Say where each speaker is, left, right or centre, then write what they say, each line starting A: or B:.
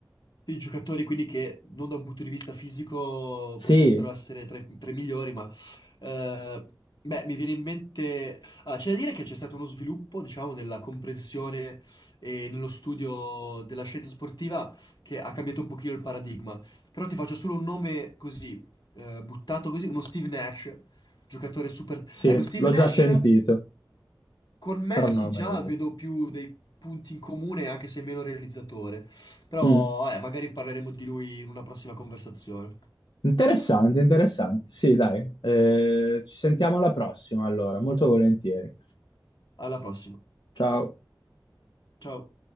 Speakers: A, on the left; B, on the left.
A: I giocatori quindi che non da un punto di vista fisico
B: Sì,
A: potessero essere tra i, tra i migliori, ma eh, beh, mi viene in mente... ah, c'è da dire che c'è stato uno sviluppo, diciamo, nella comprensione e nello studio della scienza sportiva che ha cambiato un pochino il paradigma. Però ti faccio solo un nome così, eh, buttato così, uno Steve Nash, giocatore super...
B: sì,
A: Ecco, Steve
B: l'ho
A: Nash
B: già sentito.
A: con Messi
B: però non l'ho
A: già
B: mai visto.
A: vedo più dei punti in comune, anche se meno realizzatore. Però,
B: Mm.
A: eh, magari parleremo di lui in una prossima conversazione.
B: Interessante, interessante. Sì, dai. Eh, ci sentiamo alla prossima, allora, molto volentieri.
A: Alla prossima.
B: Ciao.
A: Ciao.